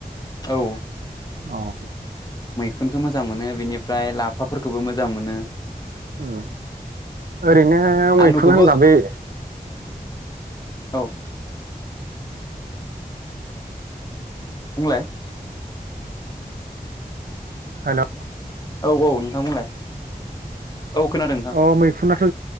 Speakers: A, on the left (about 25°); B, on the right (about 70°).
A: औ
B: औ
A: मैखुनखौ मोजां मोनो बेनिफ्राय लाफाफोरखौबो मोजां मोनो
B: उम ओरैनो
A: आलुखौबो
B: मैखुन होनबा बे
A: औ बुंलाय
B: हेलौ
A: औ औ नोंथां बुंलाय औ खोनादों नोंथां
B: अ मैखुनाथ'